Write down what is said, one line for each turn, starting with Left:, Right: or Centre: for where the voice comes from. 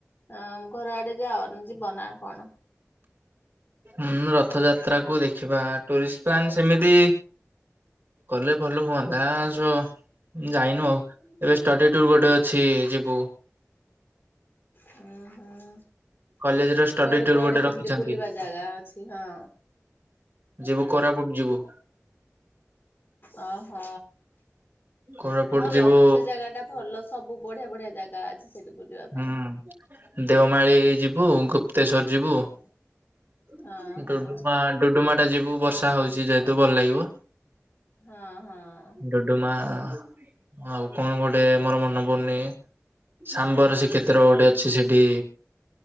Left: ଅ ଘର ଆଡେ ଯାଅ ଯିବନା କଣ?
Right: ହଁ ରଥଯାତ୍ରା କୁ ଦେଖିବା ଟୁରିଷ୍ଟ ପ୍ଲାନ ସେମିତି କଲେ ଭଲ ହୁଅନ୍ତା ସ ଯାଇନୁ ଆଉ ଏବେ ଷ୍ଟଡିଟୁ ଗୋଟେ ଅଛି ଯିବୁ।
Left: ହୁଁ ହୁଁ।
Right: କଲେଜ ର ଷ୍ଟଡି
Left: କୁଆଡେ
Right: ଟୁର
Left: କୁଆଡେ
Right: ଗୋଟେ ରଖିଛନ୍ତି
Left: ସେମତି ବୁଲିବା ଜାଗା ଅଛି ହଁ।
Right: ଯିବୁ କୋରାପୁଟ ଯିବୁ।
Left: ଓ ହୋ।
Right: କୋରାପୁଟ
Left: ଭଲ
Right: ଯିବୁ
Left: ସେ ଜାଗା ଟା ଭଲ ସବୁ ବଢିଆ ବଢିଆ ଜାଗା ଅଛି। ସେଠି ବୁଲିବା ପାଇଁ।
Right: ହୁଁ ଦେଓମାଳିୀ ଯିବୁ ଗୁ୍ ତେଶର ଯିବୁୁୁ
Left: ହଁ ହଁ ହଁ
Right: ଡୁଡୁମା ଡୁଡୁମା ଟା ଯିବୁ ବର୍ଷା ହଉଛି ଯେହେତୁ ଭଲ ଲାଗିବ।
Left: ହଁ ହଁ।
Right: ଡୁଡୁମା ଆଉ କଣ ଗୋଟେ ମୋର ମନେ ପଡନି ସାମ୍ବର ସେ କେତର ଗୋଟେ ଅଛି ସେଠି